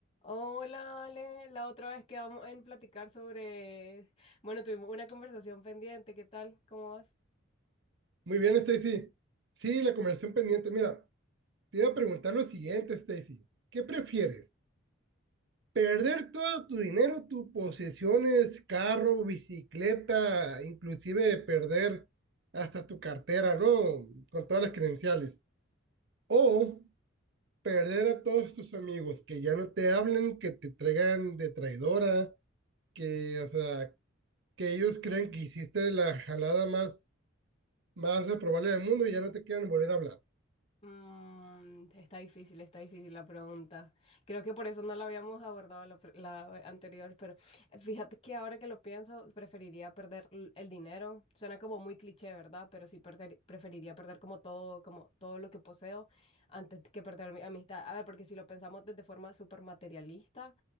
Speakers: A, on the left; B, on the right.
A: Oh, Hola, Ale. La otra vez quedamos en platicar sobre... Bueno, tuvimos una conversación pendiente. ¿Qué tal? ¿Cómo vas?
B: Muy bien, Stacy. Sí, la conversación pendiente. Mira, te iba a preguntar lo siguiente, Stacy. ¿Qué prefieres? ¿Perder todo tu dinero, tus posesiones, carro, bicicleta, inclusive perder hasta tu cartera, ¿no? Con todas las credenciales. O perder a todos tus amigos que ya no te hablen, que te traigan de traidora, que, o sea, que ellos creen que hiciste la jalada más, más reprobable del mundo y ya no te quieren volver a hablar.
A: Mm, está difícil, está difícil la pregunta. Creo que por eso no la habíamos abordado la, pre- la anterior, pero eh, fíjate que ahora que lo pienso, preferiría perder l- el dinero. Suena como muy cliché, ¿verdad? Pero sí perder, preferiría perder como todo, como todo lo que poseo antes que perder mi amistad. A ver, porque si lo pensamos desde forma súper materialista,